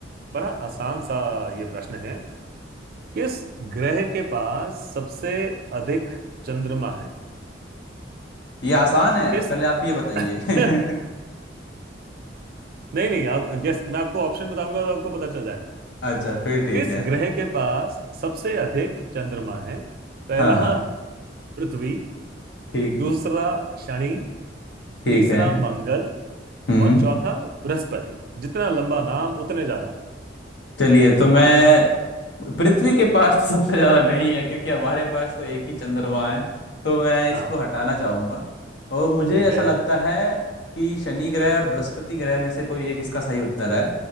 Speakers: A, on the right; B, on the left.
A: बड़ा आसान सा ये प्रश्न है किस ग्रह के पास सबसे अधिक चंद्रमा है
B: ये आसान है
A: किस
B: पहले
A: <laughs>
B: आप ये बताइए <laughs>
A: नहीं नहीं आप गेस मैं आपको ऑप्शन बताऊंगा तो आपको पता चल जाएगा
B: अच्छा फिर ठीक
A: किस
B: है
A: ग्रह के पास सबसे अधिक चंद्रमा है पहला
B: हाँ हाँ
A: पृथ्वी
B: ठीक
A: दूसरा शनि
B: ठीक
A: तीसरा
B: है
A: मंगल
B: हम्म
A: और चौथा बृहस्पति जितना लंबा नाम उतने ज्यादा
B: चलिए तो मैं पृथ्वी के पास तो सबसे ज्यादा नहीं है क्योंकि हमारे पास तो एक ही चंद्रमा है तो मैं इसको
A: हाँ
B: हटाना चाहूंगा और मुझे
A: ठीक
B: ऐसा
A: है
B: लगता है कि शनि ग्रह और बृहस्पति ग्रह में से कोई एक इसका सही उत्तर है